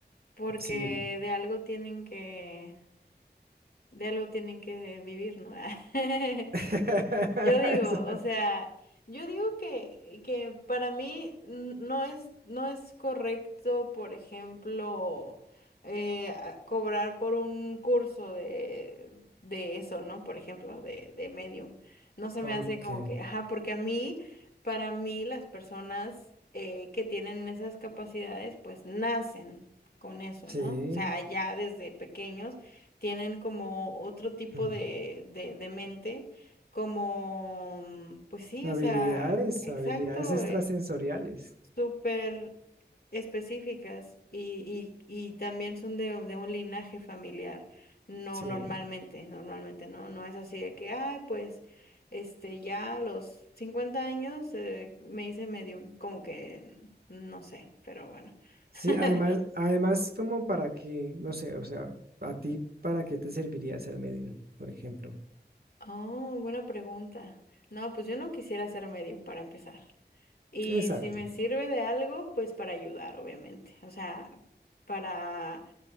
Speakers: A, on the left (about 60°); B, on the right (about 60°).
A: porque
B: Sí.
A: de algo tienen que, de algo tienen que vivir, ¿no? <laughs>
B: <laughs>
A: Yo digo, o sea, yo digo que, que para mí n- no es, no es correcto, por ejemplo, eh, a- cobrar por un curso de, de eso, ¿no? Por ejemplo, de, de Medium. No se
B: Ok,
A: me hace como que, ajá, porque a mí, para mí, las personas eh, que tienen esas capacidades, pues nacen con eso,
B: sí.
A: ¿no? O sea, ya desde pequeños tienen como otro tipo
B: Mm.
A: de, de, de mente como, mm, pues sí,
B: Habilidades,
A: o sea, exacto,
B: habilidades extrasensoriales.
A: eh, súper específicas y, y, y también son de, de un linaje familiar. No,
B: Sí.
A: normalmente, normalmente no, no es así de que, ay, pues, este, ya a los 50 años eh, me hice medio, como que, mm, no sé, pero bueno.
B: Sí,
A: <laughs>
B: además, además como para que, no sé, o sea, a ti, ¿para qué te serviría ser medium, por ejemplo?
A: Oh, buena pregunta. No, pues yo no quisiera ser medium para empezar. Y
B: Exacto.
A: si me sirve de algo, pues para ayudar, obviamente. O sea, para